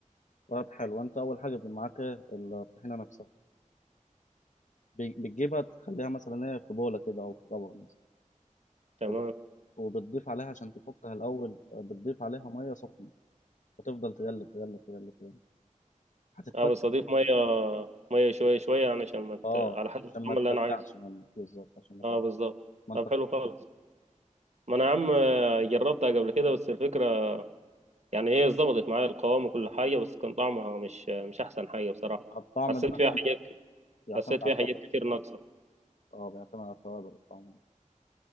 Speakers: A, on the left (about 65°); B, on the right (about 55°).
A: طيب حلو انت اول حاجة بيبقى معاك إيه؟ الطحينة نفسها بي- بتجيبها تخليها مثلا ايه في بولة كده او في طبق مثلا
B: تمام
A: وب- وبتضيف عليها عشان تفكها الاول آه، بتضيف عليها مية سخنة وتفضل تقلب تقلب تقلب تقلب هتتفك
B: اه بس اضيف ميه ميه شويه شويه يعني عشان ما
A: اه
B: ت- على حسب
A: عشان
B: الطعم
A: ما تكلكعش
B: اللي انا عايزه
A: منك بالظبط عشان ما تكلكعش
B: اه بالظبط
A: ما
B: طب
A: انت خد
B: حلو خالص ما انا يا عم آه، جربتها قبل كده بس الفكره يعني هي ظبطت معايا القوام وكل حاجه بس كان طعمها مش مش احسن حاجه بصراحه
A: الطعم
B: حسيت
A: ده عشان-
B: فيها حاجات
A: يعتمد
B: حسيت
A: على
B: فيها
A: التوابل
B: حاجات كتير ناقصه
A: اه بيعتمد على التوابل والطعم ده.